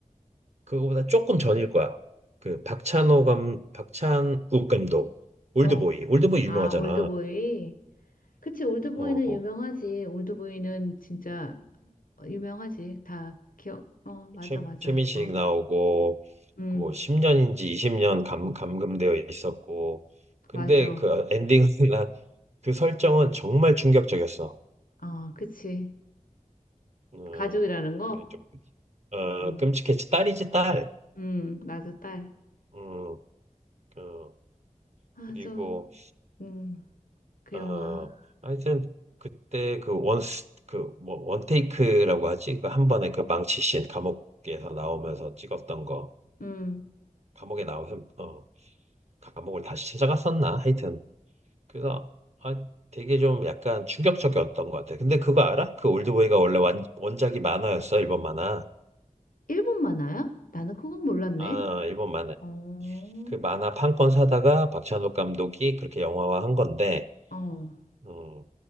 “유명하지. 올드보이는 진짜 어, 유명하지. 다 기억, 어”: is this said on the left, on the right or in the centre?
Left